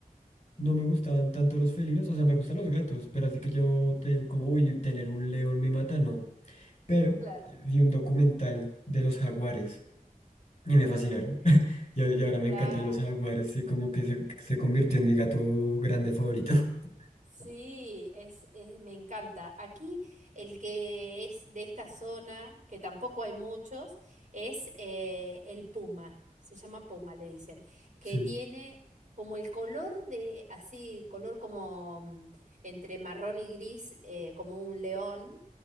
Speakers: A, on the left; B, on the right.
A: No me gustaban tanto los felinos, o sea, me gustan los gatos, pero así que yo te digo como, uy, tener un león me mata, no. Pero
B: claro,
A: vi un documental de los jaguares y me fascinaron.
B: uh,
A: <laughs> Y, a- y ahora me
B: claro.
A: encantan los jaguares y como que se, se convirtió en mi gato grande favorito. <laughs>
B: Sí, es, es- me encanta. Aquí el que es de esta zona, que tampoco hay muchos, es eh, el puma. Se llama puma, le dicen, que
A: Sí,
B: tiene como el color de, así, color como mm, entre marrón y gris, eh, como un león,